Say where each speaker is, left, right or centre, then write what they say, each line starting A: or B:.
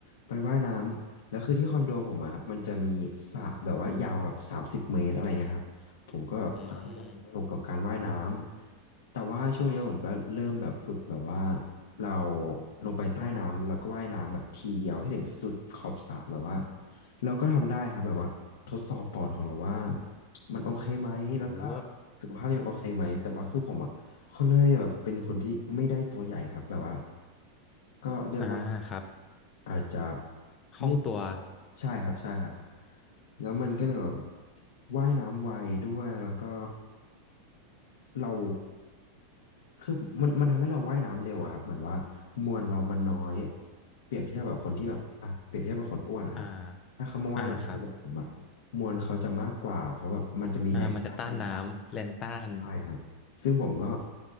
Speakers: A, on the left; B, on the left.
A: ไปว่ายน้ำแล้วคือที่คอนโดผมอะครับมันจะมีสระแบบว่ายาวแบบสามสิบเมตรอะไรเงี้ยครับผมก็แบบค่อนข้างจะสนุกกับการว่ายน้
B: อืม
A: ำแต่ว่าช่วงเนี้ยผมก็เริ่มแบบฝึกแบบว่าเราลงไปใต้น้ำแล้วเราก็ว่ายน้ำแบบทีเดียวให้ถึงสุดขอบสระแบบว่าเราก็ทำได้ครับแบบว่าทดสอบปอดของเราว่า มันโอเคไหมแล้วก็
B: โห
A: สุขภาพยังโอเคไหมแต่ว่าคือผมอ่ะค่อนข้างที่แบบเป็นคนที่ไม่ได้ตัวใหญ่ครับ แบบว่าก็เรียกว่า
B: อ่าครับ
A: อาจจะ
B: คล่องตัว
A: ไม่ผอมใช่ครับใช่ครับแล้วมันก็เลยแบบว่ายน้ำไวด้วยแล้วก็เราคือมันมันทำให้เราว่ายน้ำเร็วอะครับเหมือนว่ามวลเรามันน้อยเปรียบเทียบแบบคนที่แบบอ่ะเปรียบเทียบกับคนอ้วนนะครับ
B: อ่า
A: ถ้าเขามาว่ายน้ำเป็นกับผมอะ
B: อ่าครับ
A: มวลเขาจะมากกว่าเพราะแบบมันจะมีแรงต้านในป่าก
B: อ่ามันจะต้านน้ำแรนส์ต้าน
A: ใช่ครับซึ่งผมก็